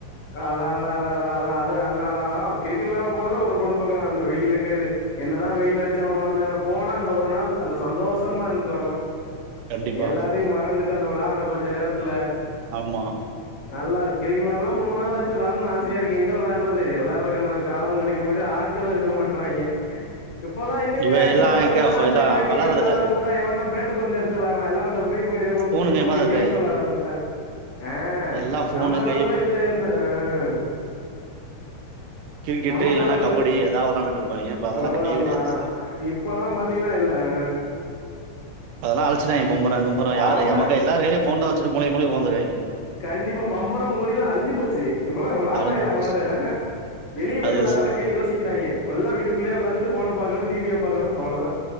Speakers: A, on the left (about 50°); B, on the right (about 80°).
A: அதா அதா அதா அதா அதா அது அதானலதா கிரிக்கெட் வெளாட போறதே ஒரு பொழுதுபோக்கலா இந்த வெயிலுக்கு இது என்னதா வெயில் அடிச்சாலு மழ பெய்னா போனா அந்த ஒரு நாள் அந்த சந்தோஷமா இருந்துட்டு வரலா
B: கண்டிப்பா
A: எல்லாத்தையு மறந்துட்டு அந்த வெளாட்ற கொஞ்ச நேரத்துல
B: ஆமா
A: நல்லா இரு கிரிக்கலாம் ரொம்ப நாள் ஆச்சு விளானும் ஆசையா இருக்கு எங்க விளாடுறது விளாற இருக்கான காலமு கெடைக்க மாட்டு ஆட்களு இருக்க மாட்டறாய்ங்க இப்பெல்லாம் எங்கங்க
B: இவ எல்லாம்
A: ஜின்ன பசங்கலாம்
B: எங்க
A: போய்
B: எல்லாம்
A: எவனாய்து கிரிக்கெட்
B: வளர்றதில்ல
A: வெளாலாம் கூப்ட்டா எவனா பேட்டு பந்து எடுத்து வெளாற எல்லாரும் ஃபீரிபயர் பப்ஜி
B: ஃபோனு
A: இந்த
B: கையுமா
A: மாரி
B: தான் இருக்காங்க
A: கேம் விளாட ஆரம்பச்சாய்ங்க அ
B: எல்லாம் ஃபோனு
A: நம்ம காலத்துல
B: கை
A: இது இந்த, ஆ,
B: கிரிக்கெட்டு
A: நம்ம
B: இல்லன்னா
A: காலத்துல
B: கபடி எதா வெளாண்டுட்டு இருப்பாய்ங்க இப்ப அதெல்லா
A: வெளாட்லாம்
B: கெடையவே கெடையாது இப்ப எல்லாமே
A: இப்பல்லாம் பா த்தீங்கன்னா இல்ல அ
B: அதெல்லாம் அழிச்சுட்டாய்ங்க பம்பரம் கெம்பரம் யாரு
A: ஆமா
B: எவன்கையில ஃபோன் தான் வச்சுட்டு மூலைக்கு மூலை உக்காந்திராய்ங்க
A: கண்டிப்பா பம்பரம் கோலிலாம் அழிஞ்சு போச்சு இப்பல்லாம் வெளாடுறாய்ங்களா
B: அழிஞ்சு போச்சு
A: எவனாது ஆஹ வெளிய போய்
B: அது
A: வெளாறர்க்கே யோசிக்கிறாய்ங்க கொல்லாம் வீட்டுக்குள்ளே உக்காந்துட்டு போன பாக்கணும் டி வி ய பாக்கணும் அவ்ளோ தான்